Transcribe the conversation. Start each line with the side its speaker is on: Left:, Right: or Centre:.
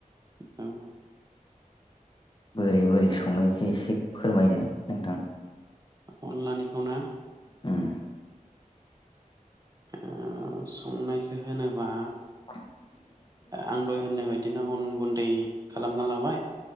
Right: औ
Left: बोरै बोरै संहैखो एसे फोरमायदो नोंथां
Right: अनलानिखौनो
Left: उम
Right: ओ संनायखो होनोबा
Left: <unintelligible>
Right: आं दय होननाय बायदिनो अन गुन्दै खालामना लाबाय